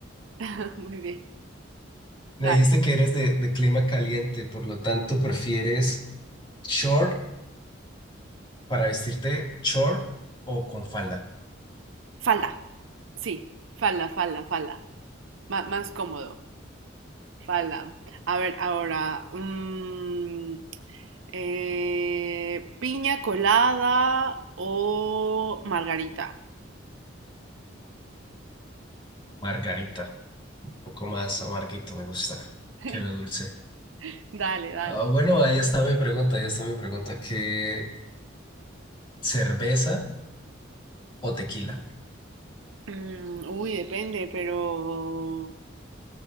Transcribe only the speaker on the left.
Me
dijiste que eres de, de clima caliente, por lo tanto, ¿prefieres short para vestirte short o con falda?
Margarita. Un poco más amarguito, me gusta
que lo dulce.
Ah, bueno, ahí está mi pregunta, ahí está mi pregunta. ¿Qué cerveza o tequila?